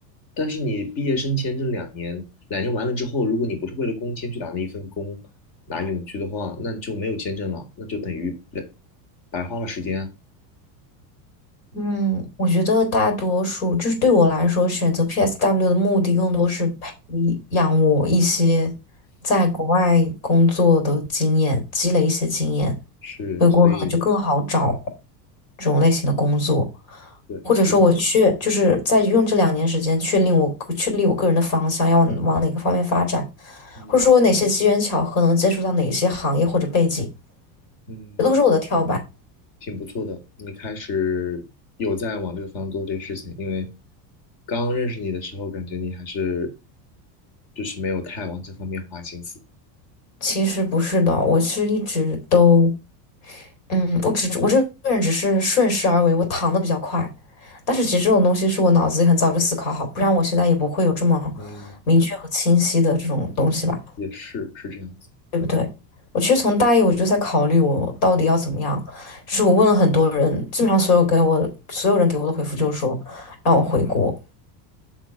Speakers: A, on the left; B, on the left.
A: 但是你毕业生签证两年，两年完了之后，如果你不是为了工签去打那一份工，拿永居的话，那就没有签证了，那就等于白白花了时间啊。
B: 嗯，我觉得大多数就是对我来说，选择 PSW 的目的更多是培养我一些在国外工作的经验，积累一些经验，
A: 是，
B: 回国可能就更好找
A: 所以，
B: 这种类型的工作，
A: 对，
B: 或者说我确就是在用这两年时间确定我个确立我个人的方向要往往哪个方面发展，
A: 所以，嗯
B: 或者说我哪些机缘巧合能接触到哪些行业或者背景，
A: 嗯，
B: 这都是我的跳板。
A: 挺不错的。你开始有在往这个方向做这个事情，因为刚认识你的时候，感觉你还是就是没有太往这方面花心思。
B: 其实不是的，我是一直都。嗯，我只我这个人只是顺势而为，我躺的比较快，但是其实这种东西是我脑子里很早就思考好，不然我现在也不会有这么
A: 嗯，
B: 明确和清晰的这种东西吧，
A: 也是，是这样子。
B: 对不对？我其实从大一我就在考虑我到底要怎么样，就是我问了很多人，基本上所有给我所有人给我的回复就是说让我回国。